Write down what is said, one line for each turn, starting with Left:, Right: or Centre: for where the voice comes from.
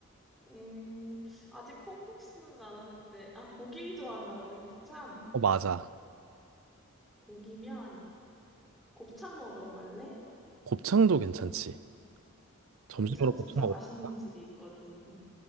Centre: 음, 아직 콩국수는 안 하는데, 아, 고기 좋아한다고 했지, 참.
Right: 어, 맞아.
Centre: 고기면 곱창 먹으러 갈래?
Right: 곱창도 괜찮지. 점심으로
Centre: 곱창
Right: 곱창
Centre: 진짜
Right: 먹을까?
Centre: 맛있는 집이 있거든.